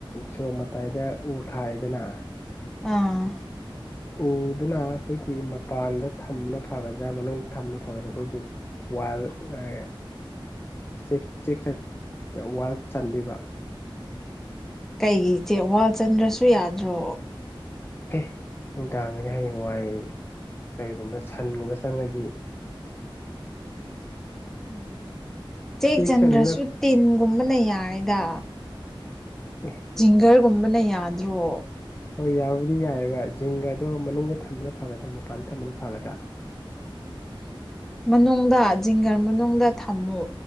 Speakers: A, on the left; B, in the centre.
A: ꯁꯣꯔꯣꯛ ꯃꯇꯥꯏꯗ ꯎ ꯊꯥꯔꯗꯅ
B: ꯑꯥ
A: ꯎꯗꯨꯅ ꯑꯩꯈꯣꯏꯒꯤ ꯃꯄꯥꯟꯗ ꯊꯝꯕꯅ ꯐꯒꯗ꯭ꯔꯥ ꯃꯅꯨꯡꯗ ꯊꯝꯕꯅ ꯐꯒꯗ꯭ꯔꯥ ꯑꯩꯈꯣꯏꯒꯤ ꯋꯥꯜ ꯑꯦ ꯁꯤꯁ ꯁꯤꯛꯁ ꯋꯥꯔꯜ ꯆꯟꯕꯤꯕ
B: ꯀꯩꯒꯤꯆꯦ ꯋꯥꯜꯆꯟꯗ꯭ꯔꯁꯨ ꯌꯥꯗ꯭ꯔꯣ
A: ꯍ ꯎꯅꯨꯡꯗꯥꯥꯡꯅꯤ ꯍꯥꯏꯌꯦꯡ ꯋꯥꯥꯏ ꯀꯔꯤꯒꯨꯝꯕ ꯁꯟꯒꯨꯝꯕ ꯆꯪꯉꯗꯤ
B: ꯎꯝ ꯆꯦꯛꯆꯟꯗ꯭ꯔꯁꯨ
A: ꯆꯦꯛ ꯆꯟꯕꯅ
B: ꯇꯤꯟꯒꯨꯝꯕꯅ ꯌꯥꯏꯗ
A: ꯑꯦ
B: ꯖꯤꯡꯒꯔꯒꯨꯝꯕꯅ ꯌꯥꯗ꯭ꯔꯣ
A: ꯍꯣꯏ ꯌꯥꯕꯨꯗꯤ ꯌꯥꯏꯑꯕ ꯖꯤꯡꯒꯗꯣ ꯃꯅꯨꯡꯗ ꯊꯝꯕꯅ ꯐꯒꯗ꯭ꯔꯥ ꯃꯄꯥꯟꯗ ꯊꯝꯕꯅ ꯐꯒꯗ꯭ꯔꯥ
B: <unintelligible> ꯃꯅꯨꯡꯗ ꯖꯤꯡꯒꯔ ꯃꯅꯨꯡꯗ ꯊꯝꯃꯨ